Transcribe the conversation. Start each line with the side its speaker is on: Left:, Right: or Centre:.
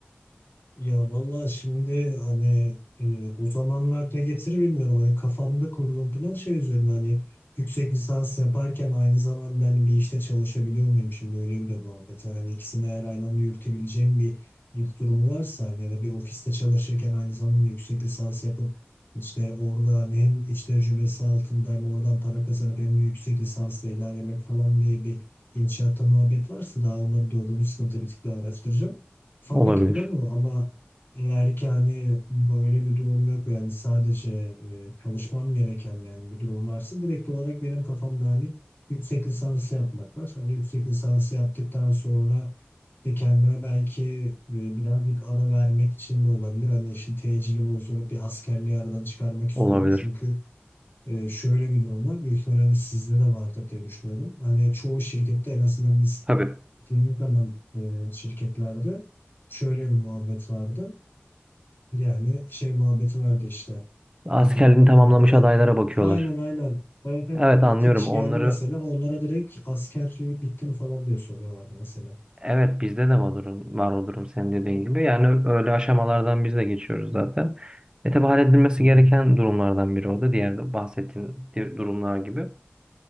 Left: Ya vallahi şimdi hani e, o zamanlar ne getirir bilmiyorum. Hani kafamda kurduğum plan şey üzerine hani yüksek lisans yaparken aynı zamanda hani bir işte çalışabiliyor muyum şimdi öyle bir de muhabbet var. Hani ikisini eğer aynı anda yürütebileceğim bir ilk durumu varsa hani ya da bir ofiste çalışırken aynı zamanda yüksek lisans yapıp işte orada hani hem iç tecrübesi altında hem oradan para kazanıp hem de yüksek lisansla ilerlemek falan diye bir inşaatta muhabbet varsa daha onları dördüncü sınıfta bir tık daha araştıracağım. Kafamdaki
Right: Olabilir.
Left: plan o ama eğer ki hani böyle bir durum yok yani sadece e, çalışmam gereken yani bir durum varsa direkt olarak benim kafamda hani yüksek lisans yapmak var. Hani yüksek lisans yaptıktan sonra de kendime belki e, birazcık ara vermek için de olabilir. Hani işte tecili bozdurup bir askerliği aradan çıkarmak istiyorum.
Right: Olabilir.
Left: Çünkü e, şöyle bir durum var. Büyük ihtimalle hani, sizde de vardır diye düşünüyorum. Hani çoğu şirkette en azından biz
Right: Tabii.
Left: gittiğimiz zaman e, şirketlerde şöyle bir muhabbet vardı. Yani şey muhabbeti vardı işte.
Right: Askerliğini
Left: Hani diyordu
Right: tamamlamış
Left: ki mesela
Right: adaylara bakıyorlar.
Left: aynen aynen. Bayılır
Right: Evet
Left: ya bir
Right: anlıyorum.
Left: iki kişi
Right: Onları
Left: geldi mesela onlara direkt askerliği bitti mi falan diye soruyorlardı mesela.
Right: evet bizde de var o durum, var o durum senin dediğin gibi. Yani öyle aşamalardan biz de geçiyoruz zaten. E tabi halledilmesi
Left: Hı hı.
Right: gereken durumlardan biri o da diğer bahsettiğin di- durumlar gibi.